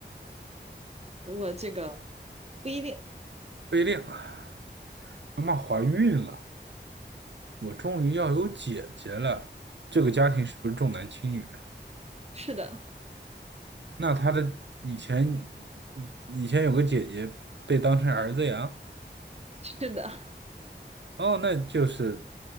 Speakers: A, on the right; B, on the right.
A: 我这个不一定。
B: 不一定啊，妈妈怀孕了，我终于要有姐姐了，这个家庭是不是重男轻女啊？
A: 是的，
B: 那她的以前以前有个姐姐被当成儿子养，
A: 是的，
B: 哦，那就是